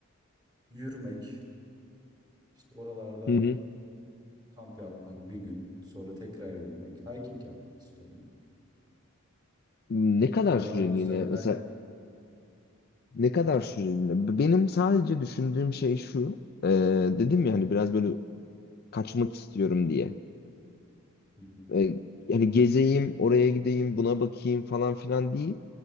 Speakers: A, on the right; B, on the left.
A: yürümek, işte oralarda
B: Hı hı.
A: kamp yapmak bir gün, sonra tekrar yürümek, hiking yapmak istiyorum ben.
B: Ne kadar
A: Oralar
B: süreliğine
A: güzel.
B: mesela
A: Belki...
B: ne kadar süreliğine? B- Benim sadece düşündüğüm şey şu. e, dedim ya hani biraz böyle kaçmak istiyorum diye.
A: <laughs>
B: E, yani gezeyim, oraya gideyim, buna bakayım falan filan değil.